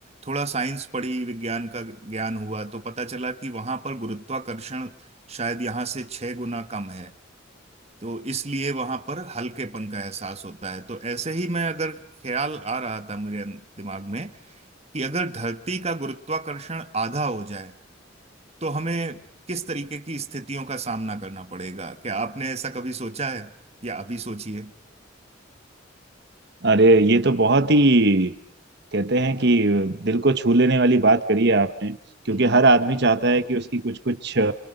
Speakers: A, on the right; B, on the right.
A: थोड़ा साइंस पढ़ी विज्ञान का ज्ञान हुआ तो पता चला कि वहां पर गुरुत्वाकर्षण शायद यहाँ से छह गुना कम है तो इसलिए वहां पर हल्केपन का एहसास होता है तो ऐसे ही मैं अगर ख्याल आ रहा था मेरे दिमाग में कि अगर धरती का गुरुत्वाकर्षण आधा हो जाए तो हमें किस तरीके की स्थितियों का सामना करना पड़ेगा क्या आपने ऐसा कभी सोचा है या अभी सोचिए
B: अरे ये तो बहुत ही कहते हैं कि दिल को छू लेने वाली बात करी है आपने क्योंकि
A: हम्म
B: हर आदमी चाहता है कि उसकी कुछ कुछ